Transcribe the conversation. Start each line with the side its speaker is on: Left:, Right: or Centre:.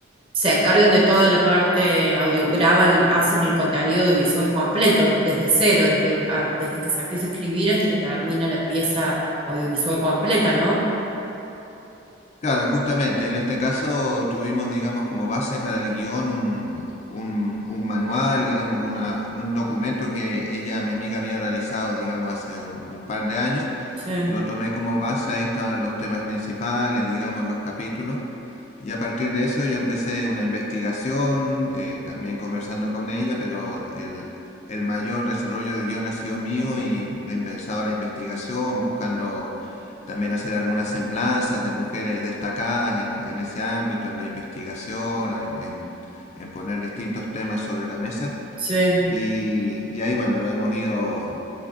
Right: se encargan de toda la parte audio, graban, hacen el contenido audiovisual completo, desde cero, desde, el- a- desde que se empieza a escribir hasta que termina la pieza audiovisual completa, ¿no?
Left: Claro, justamente, en este caso tuvimos, digamos, como base para el guión un, un, un manual, digamos, una, un documento que ella, mi amiga, había realizado, digamos, hace un, un par de años.
Right: Sí.
Left: Lo tomé como base, ahí estaban los temas principales, digamos, los capítulos. Y a partir de eso yo empecé una investigación, eh, también conversando con ella, pero el, el mayor desarrollo de guión ha sido mío y he empezado la investigación buscando también hacer algunas semblanzas de mujeres destacadas en, en ese ámbito, en la investigación, en, en- en poner distintos temas sobre la mesa.
Right: Sí,
Left: Y, y ahí, bueno, lo hemos ido